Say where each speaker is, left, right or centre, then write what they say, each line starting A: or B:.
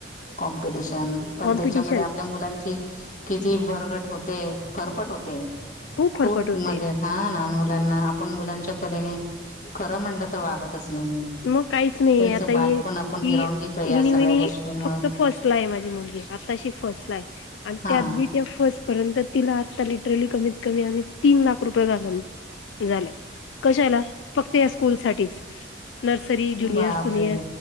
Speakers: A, on the left (about 40°); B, on the left (about 85°).
A: कॉम्पिटिशन पण
B: कॉम्पिटिशन
A: त्याच्यामध्ये आपल्या मुलांची किती भरघट होते फरफट होते खूप
B: फरफट होते
A: मजेत हा ना मुलांना आपण मुलांच्या कलेने खरं म्हटलं तर वागतच आणि
B: मग काहीच नाही
A: त्यांचं
B: आता
A: बालपण
B: हे
A: आपण
B: ही
A: हिरावून घेतो या
B: इनी
A: सगळ्या
B: विनी
A: गोष्टींमुळे
B: फक्त फर्स्ट ला आहे माझी मुलगी आताशी फर्स्ट ला आहे आणि
A: हा
B: त्याती त्या फर्स्ट परंत तिला आता लिटरली कमीत कमी आम्ही तीन लाख रुपये घालून झाले कशाला फक्त या स्कूल साच नर्सरी ज्युनियर
A: बापरे
B: सुनियर